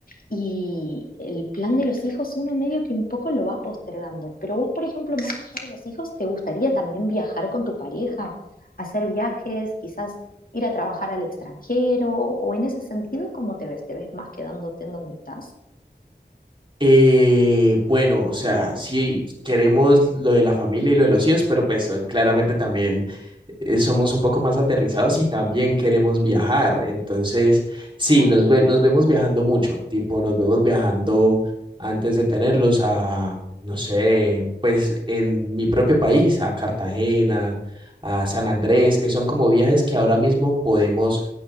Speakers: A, on the left; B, on the right.
A: y el plan de los hijos, uno medio que un poco lo va postergando. Pero vos, por ejemplo, más allá de los hijos, ¿te gustaría también viajar con tu pareja? ¿Hacer viajes? Quizás ir a trabajar al extranjero o en ese sentido, ¿cómo te ves? ¿Te ves más quedándote en donde estás?
B: Eh, bueno, o sea, sí queremos lo de la familia y lo de los hijos, pero pues eh, claramente también eh, somos un poco más aterrizados y también queremos viajar. Entonces, sí,
A: Claro.
B: nos, ve- nos vemos viajando mucho, tipo, nos vemos viajando antes de tenerlos a, no sé, pues en mi propio país, a Cartagena, a San Andrés, que son como viajes que ahora mismo podemos